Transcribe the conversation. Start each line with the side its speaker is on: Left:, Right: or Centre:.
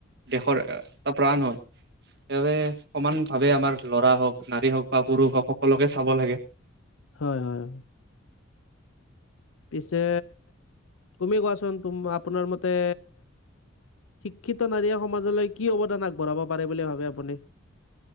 Right: দেশৰ এটা প্ৰাণ হয়। সেবাবে সমানভাৱে আমাৰ ল'ৰা হওক, নাৰী হওক বা পুৰুষ হওক সকলোকে চাব লাগে।
Left: হয় হয়। পিছে, তুমি কোৱাচোন? তুম আপোনাৰ মতে শিক্ষিত নাৰীয়ে সমাজলৈ কি অৱদান আগবঢ়াব পাৰে বুলি ভাবে আপুনি?